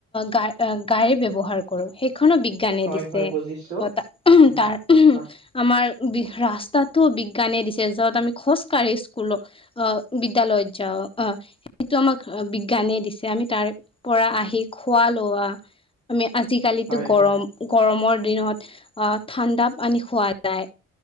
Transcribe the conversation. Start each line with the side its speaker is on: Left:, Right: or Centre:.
Left: গা গাড়ী ব্যৱহাৰ কৰো সেইখনো বিগ বিজ্ঞানে
Right: হয়
Left: দিছে
Right: হয় বুজিছো
Left: অ তা
Right: উম
Left: তাৰ
Right: হয়
Left: আমাৰ বি ৰাস্তাটো বিজ্ঞানে দিছে য'ত আমি খোজকাঢ়ি স্কুলক অ বিদ্যালয়ত যাও অ সেইটো আমাক বিজ্ঞানে দিছে আমি তাৰ পৰা আহি খোৱা লোৱা আমি আজিকালিতো
Right: হয়
Left: গৰম
Right: হয়
Left: গৰমৰ দিনত আ ঠাণ্ডা পানি খোৱা যায়